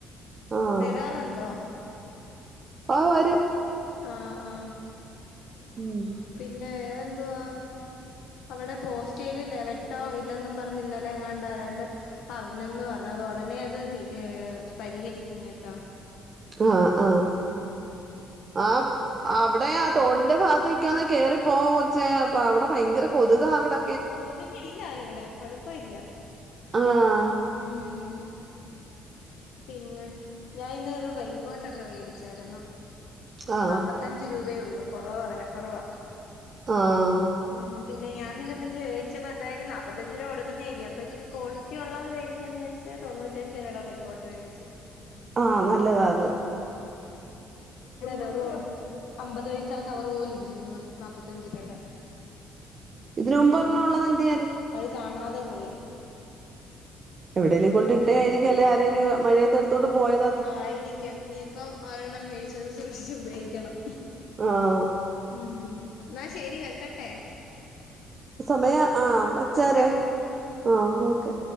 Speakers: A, on the right; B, on the left.
A: ആഹ്
B: വെരാറൊണ്ടോ
A: ആഹ് വരും
B: ആഹ് ആഹ്
A: ഉം
B: പിന്നെ വേറെന്തുവാ അവടെ പോസ്റ്റേലില്ല് വെട്ടോ ഇല്ലെന്നും പറഞ്ഞ് ഇന്നലെങ്ങാണ്ട് ആരാണ്ട് പറഞ്ഞെന്ന് പറഞ്ഞ് അത് ഒടനെ അത് ഏഹ് പരിഹരിക്കും കെട്ടോ
A: ആഹ് ആഹ് ആം അവിടെ ആ തോടിന്റെ ഭാഗത്തിക്കാന്നെ കേറിപ്പോകൊച്ചേ അപ്പ അവടെ ഭയങ്കര കൊതുകാ അവടെ
B: കൊതുകില്ല ഇവിടെ കൊഴപ്പവില്ല
A: ആഹ്
B: ഉം പിന്നെ ഞാൻ ഇന്നൊരു റെയിൻകോട്ടൊക്കെ വേടിച്ചാരുന്നു
A: ആഹ്
B: നാപ്പത്തഞ്ച് രൂപയെ ഒള്ളൂ കൊറവാ വെലക്കൊറവാ
A: ആഹ്
B: ഉം പിന്നെഞാാനെി മേിച്ചപ്പോ എന്തായാല നാല്പ്പത്തഞ്ച് രൂപ കൊടുക്കുന്നേല്ലേ അപ്പപ്പോ ഇച്ചിരി കോളി കുറ്റ ഉള്ളത് മേടിക്കന്ന് വിചാരിത് തൊണ്ണൂറ്റഞ്ചരട ഇങ്ങോട്ട് മേടിച്ചു
A: ആഹ് നല്ലതാത്
B: വെറു അമ്പത് വഴച്ചാ കവർ പോലെ ഇരിക്കുന്നു നാപ്പത്തഞ്ച രൂപയുടെ
A: ഇതിന മുമ്പ്ഞ്ഞ ഉുള്ളത് എന്തേ
B: അത് കാണാതെ പോയി
A: എവിടെങ്കിലും കൊണ്ട ഇട്ടായിരിക്കുംല്ല ആരേലും മഴയെടുത്ത് ട്ട പോയത
B: ആ ആയിരിക്ക ഇനീയിപ്പം ഒരെണ്ണം മേടിച്ചത് സൂക്ഷിച്ചു ഉപയോഗിക്കണം
A: ആഹ
B: ഉം എന്നാ ശരി വെക്കട്ടെ
A: സമയ ആഹ വച്ചാര
B: ഓക്കെ
A: ആഹ ഓക്കെ